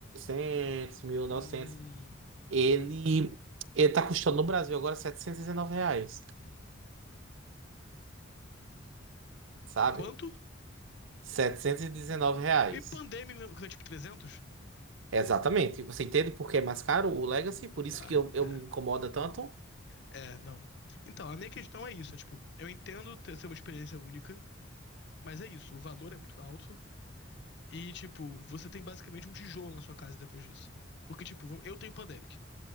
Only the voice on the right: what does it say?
1800, novecentos
Ele, ele tá custando no Brasil agora R$ setecentos e dezenove reais sabe?
719 reais.
Exatamente. Você entende por que é mais caro o Legacy? Por isso
que eu, eu
me incomoda tanto?